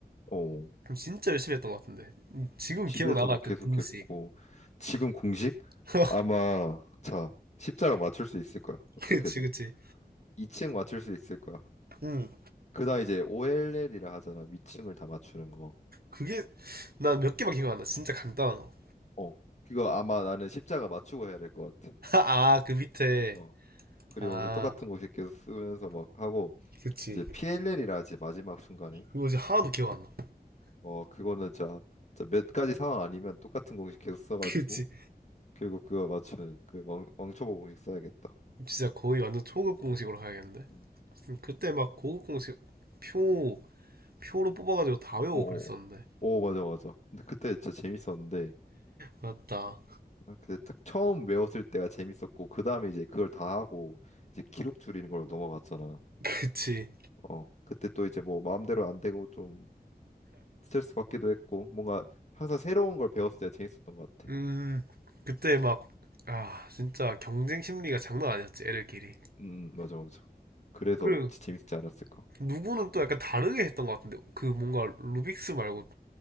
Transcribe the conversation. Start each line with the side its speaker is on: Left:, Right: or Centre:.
Left: 어.
Right: 그럼 진짜 열심히 했던 것 같은데. 음, 지금
Left: 집에서도
Right: 기억나나 그
Left: 계속했고
Right: 공식.
Left: 지금 공식?
Right: <laughs>
Left: 아마 자, 십자가 맞출 수 있을 거야. 어떻게든.
Right: 그치 그치.
Left: 2층 맞출 수 있을 거야.
Right: 응.
Left: 그다음 이제 OLL이라 하잖아. 위층을 다 맞추는 거.
Right: 그게 난 몇 개만 기억 안 나. 진짜 간단한 거.
Left: 어. 그거 아마 나는 십자가 맞추고 해야 될 것 같아.
Right: <laughs> 아 그 밑에
Left: 어. 그리고
Right: 아
Left: 그 똑같은 거 계속 쓰면서 막 하고
Right: 그치.
Left: 이제 PLL이라 하지 마지막 순간에.
Right: 그거 이제 하나도 기억 안 나.
Left: 어, 그거는 자, 자, 몇 가지 상황 아니면 똑같은 공식 계속
Right: <laughs>
Left: 써가지고
Right: 그치.
Left: 결국 그거 맞춘 그 왕, 왕초보 공식 써야겠다.
Right: 진짜 거의 완전 초급 공식으로 가야겠는데.
Left: 음.
Right: 음, 그때 막 고급 공식 표 표로 뽑아가지고 다 외우고
Left: 오,
Right: 그랬었는데.
Left: 오, 맞아, 맞아. 근데 그때 진짜 재밌었는데,
Right: 맞다.
Left: 아, 그때 딱 처음 외웠을 때가 재밌었고, 그 다음에 이제 그걸 다 하고, 이제 기록 줄이는 걸로 넘어갔잖아.
Right: <laughs> 그치.
Left: 어, 그때 또 이제 뭐 마음대로 안 되고 좀 스트레스 받기도 했고, 뭔가 항상 새로운 걸 배웠을 때가 재밌었던 것 같아.
Right: 음 그때 막 아 진짜 경쟁 심리가 장난 아니었지 애들끼리.
Left: 음, 음, 맞아, 맞아. 그래서
Right: 그리고
Left: 지- 재밌지 않았을까?
Right: 누구는 또 약간 다르게 했던 것 같은데 그 뭔가 루빅스 말고